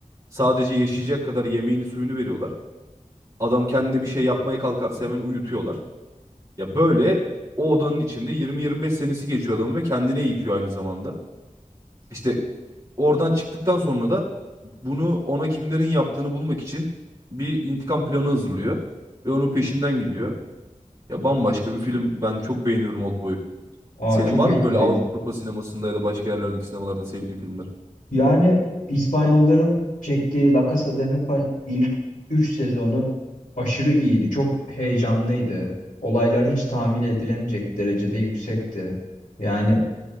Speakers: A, on the right; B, on the left.
A: Sadece yaşayacak kadar yemeğini suyunu veriyorlar. Adam kendine bir şey yapmaya kalkarsa hemen uyutuyorlar. Ya böyle o odanın içinde 20-25 senesi geçiyor adamın ve kendine eğitiyor aynı zamanda. İşte oradan çıktıktan sonra da bunu ona kimlerin yaptığını bulmak için bir intikam planı hazırlıyor ve onun peşinden gidiyor. Ya bambaşka bir film. Ben çok beğeniyorum Oldboy'u.
B: Aa
A: Senin
B: çok
A: var
B: etkileyici.
A: mı böyle Avrupa sinemasında ya da başka yerlerdeki sinemalarda sevdiğin filmler?
B: Yani İspanyolların çektiği La Casa de Papel ilk 3 sezonu aşırı iyiydi. Çok heyecanlıydı. Olaylar hiç tahmin edilemeyecek derecede yüksekti. Yani